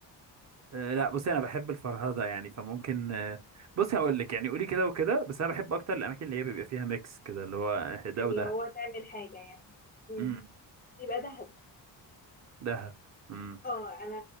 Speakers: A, on the right (about 40°); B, on the left (about 25°).
A: أه لا بصي انا بحب الفرهده يعني فممكن أه، بصي هقول لك يعني قولي كده وكده بس انا بحب اكتر الاماكن اللي هي بيبقى فيها ميكس كده اللي هو ده
B: اللي
A: وده
B: هو تعمل حاجة يعني مم.
A: امم
B: يبقى دهب
A: دهب امم
B: اه أنا